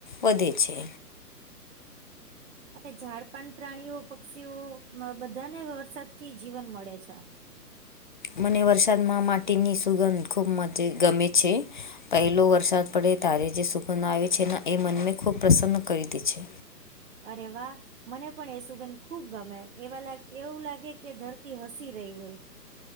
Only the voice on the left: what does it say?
વધે છે.
મને વરસાદમાં માટીની સુગંધ ખૂબ મજ ગમે છે. પહેલો વરસાદ પડે <unintelligible> જે સુંગન આવે છે ન એ મનને ખૂબ પ્રસન્ન કરી દે છે.